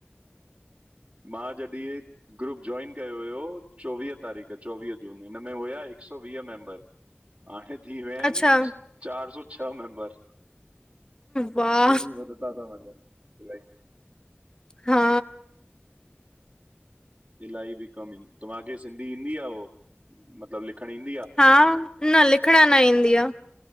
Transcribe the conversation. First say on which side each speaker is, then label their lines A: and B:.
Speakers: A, on the right; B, on the left.
A: मां जॾहिं ग्रुप जॉइन कयो हुयो चोवीह तारीख़, चोवीह जून। हिन में हुया हिकु सौ वींह मेंबर हाणे थी विया आहिनि,
B: अच्छा
A: चार सौ छह मेंबर।
B: वाह
A: डेरी वधता ता वनिन, इलाही।
B: हा।
A: इलाही बि कम आहिनि। तव्हांखे सिंधी ईंदी आहे उहो? मतिलबु लिखण ईंदी आं?
B: हा, न लिखण न ईंदी आह।